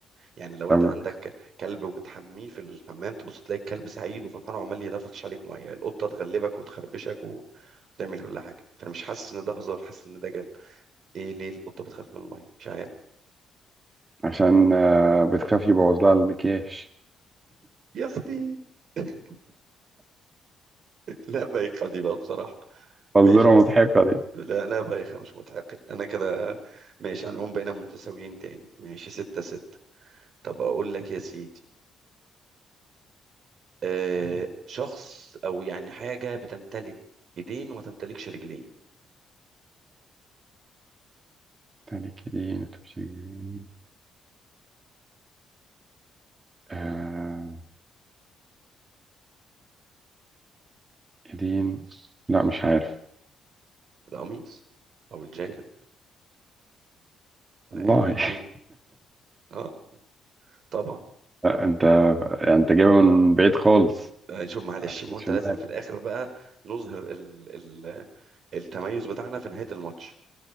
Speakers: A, on the right; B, on the right.
A: يعني لو
B: طب
A: انت عندك كلب وبتحميه في الحمام تبص تلاقي الكلب سعيد وفرحان وعمال يدفش عليك ميه القطه تغلبك وتخربشك و... وتعمل كل حاجه فانا مش حاسس ان ده هزار حاسس ان ده جد ايه ليه القطه بتخاف من الميه مش عارف
B: عشان آه، بتخاف يبوظ لها المكياج
A: يا اختي <laughs> لا بايخه دي بقى بصراحه
B: فزورة
A: ماشي بس
B: مضحكة دي
A: لا لا بايخه مش متحقق انا كده ماشي على العموم بقينا متساويين تاني ماشي ستة ستة طب اقول لك يا سيدي آه شخص او يعني حاجه بتمتلك ايدين وتمتلكش رجلين
B: تاني كدين تمشي جنين. آه كدين لا مش عارف
A: القميص او الجاكيت بقى
B: والله
A: ليه ايدين
B: <laughs>
A: اه طبعا
B: لا انت انت جايبها من بعيد خالص
A: آه، شوف معلش
B: ما
A: ما
B: جاتش
A: هو انت
B: في
A: لازم
B: دماغي.
A: في الاخر بقى نظهر ال ال التميز بتاعنا في نهاية الماتش